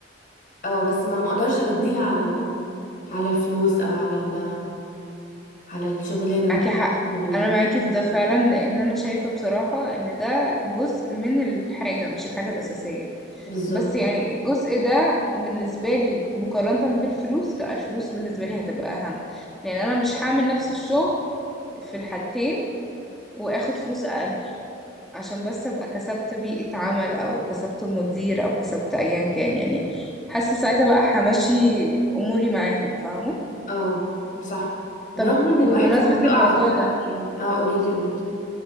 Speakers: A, on the left (about 45°); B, in the centre.
A: اه بس ما مقدرش أبديها على ال... على الفلوس أو على ال... على الشغلانة
B: معاكي
A: نفسها
B: حق
A: الشغلانة
B: انا معاكي في ده فعلا لان انا شايفة بصراحة ان ده جزء من الحاجة مش الحاجة الأساسية
A: بالظبط
B: بس يعني الجزء ده بالنسبة لي مقارنة بالفلوس لا الفلوس بالنسبة لي هتبقى أهم لأن أنا مش هعمل نفس الشغل في الحالتين وآخد فلوس أقل عشان بس أبقى كسبت بيئة عمل أو كسبت مدير أو كسبت أيا كان يعني حاسة ساعتها بقى همشي أموري معاهم فاهمة
A: اه صح برغم
B: طب
A: إن الواحد
B: بمناسبة
A: ساعات بيقع
B: الموضوع
A: في الصح
B: ده
A: يعني اه قوليلي قوليلي